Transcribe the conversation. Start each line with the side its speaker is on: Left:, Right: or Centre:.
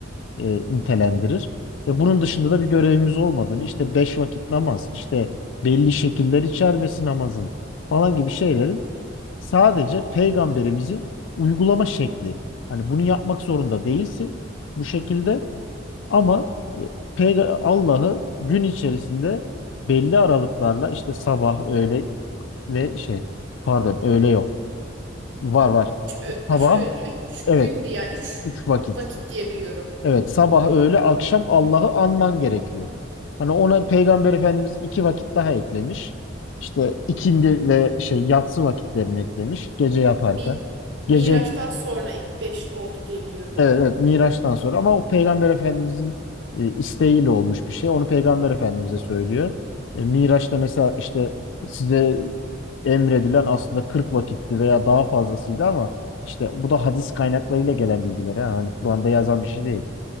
Left: e, nitelendirir. Ve bunun dışında da bir görevimiz olmadığını işte beş vakit namaz, işte belli şekiller içermesi namazın falan gibi şeylerin sadece peygamberimizin uygulama şekli. Hani bunu yapmak zorunda değilsin bu şekilde ama e, peyga- Allah'ı gün içerisinde belli aralıklarla işte sabah, öğle ve şey pardon öğle yok. Var var.
Right: Üç, ö-
Left: Sabah
Right: üç, ö- üç
Left: evet
Right: gün diye, yani üç
Left: 3 vakit.
Right: vakit diyebiliyorum.
Left: Evet, sabah, öğle, akşam Allah'ı anman gerekiyor. Hani ona Peygamber Efendimiz iki vakit daha eklemiş. İşte ikindi ve şey yatsı vakitlerini eklemiş gece yaparken.
Right: Mi, Miraç'tan
Left: Gece
Right: sonra ilk beş oldu diyebiliyorum
Left: evet,
Right: ben.
Left: evet Miraç'tan sonra ama o Peygamber Efendimizin e, isteğiyle olmuş bir şey. Onu Peygamber Efendimiz'e söylüyor. E, Miraç'ta mesela işte size emredilen aslında 40 vakitti veya daha fazlasıydı ama işte bu da hadis kaynaklarıyla gelen bilgiler. ha. Hani Kur'an'da yazan bir şey değil.